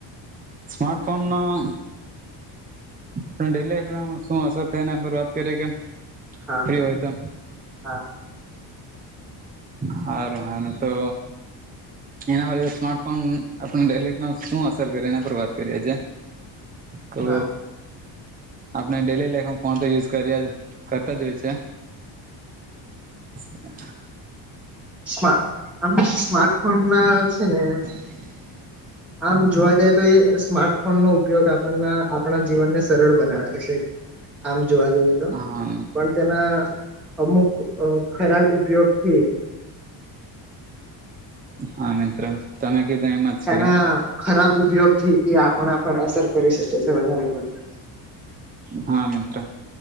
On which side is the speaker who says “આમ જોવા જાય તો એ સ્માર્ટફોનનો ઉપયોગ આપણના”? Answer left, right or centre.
Centre